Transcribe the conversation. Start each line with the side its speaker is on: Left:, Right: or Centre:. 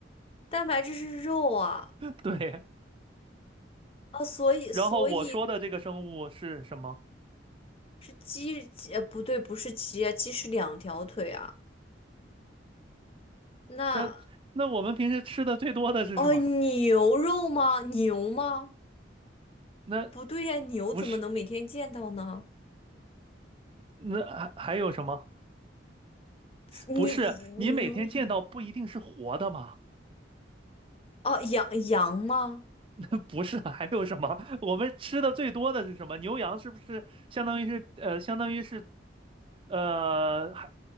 Left: 蛋白质是肉啊
Right: <laughs> 对。
Left: 啊，所以所以
Right: 然后我说的这个生物是什么？
Left: 是鸡鸡，呃不对，不是鸡啊，鸡是两条腿啊。那
Right: 那那我们平时吃的最多的是什么？
Left: 哦，牛肉吗？牛吗？
Right: 那
Left: 不对呀，牛怎么能每天见到呢？
Right: 不是，那还还有什么？
Left: 你牛羊
Right: 不是，你每天见到不一定是活的嘛？<laughs>
Left: 哦，羊羊吗？
Right: 那不是，还有什么？我们吃的最多的是什么？牛羊是不是相当于是呃，相当于是呃，还